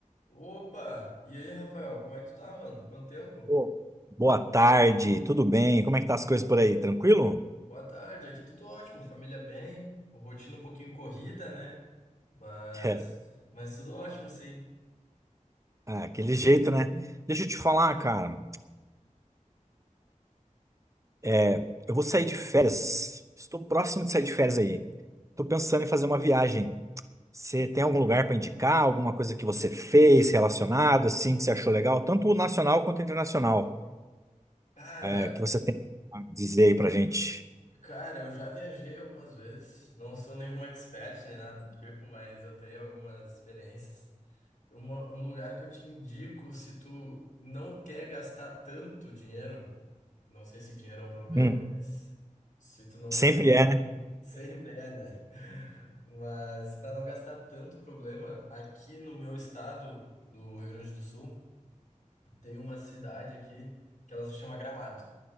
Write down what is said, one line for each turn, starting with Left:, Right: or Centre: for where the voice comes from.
Left: Opa! E aí, Rafael, como é que tu tá, mano? Quanto tempo?
Right: Ô, Boa tarde, tudo bem? Como é que tá as coisas por aí? Tranquilo?
Left: Boa tarde, aqui tudo ótimo, família bem, rotina um pouquinho corrida, né? Mas,
Right: É,
Left: mas tudo ótimo, sim.
Right: ah, aquele jeito, né? Deixa eu te falar, cara. É, eu vou sair de férias. Estou próximo de sair de férias aí. Tô pensando em fazer uma viagem. Você tem algum lugar para indicar? Alguma coisa que você fez relacionado, assim, que você achou legal? Tanto nacional quanto internacional,
Left: Cara,
Right: é, que você tem a dizer aí pra gente.
Left: cara, eu já viajei algumas vezes, não sou nenhum <laughs> expert nem nada do tipo, mas eu tenho algumas experiências. Uma- um lugar que eu te indico se tu não quer gastar tanto dinheiro, não sei se dinheiro é um problema,
Right: Hum,
Left: mas se tu não
Right: sempre
Left: quiser gastar
Right: é,
Left: tanto, <laughs> sempre é, né? <laughs> Mas para não gastar tanto problema, aqui no meu estado do Rio Grande do Sul, tem uma cidade aqui que ela se chama Gramado.